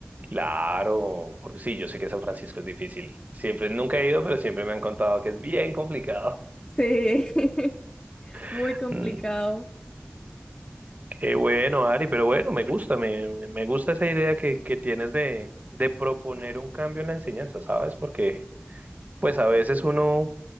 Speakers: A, on the right (about 40°); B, on the left (about 25°).
A: claro, porque sí, yo sé que San Francisco es difícil. Siempre, nunca he ido, pero siempre me han contado que es bien complicado.
B: Sí, <laughs> muy
A: <laughs>
B: complicado.
A: Mm, Qué bueno, Ari, pero bueno, me gusta, me, me gusta esa idea que, que tienes de, de proponer un cambio en la enseñanza, ¿sabes? Porque Pues a veces uno,